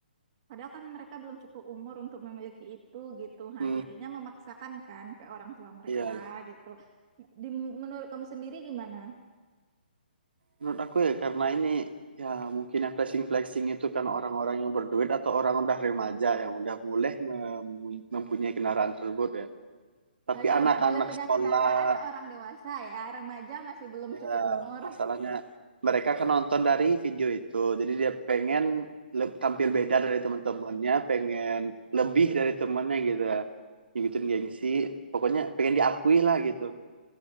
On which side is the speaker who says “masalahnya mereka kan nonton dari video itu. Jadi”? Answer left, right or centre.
Right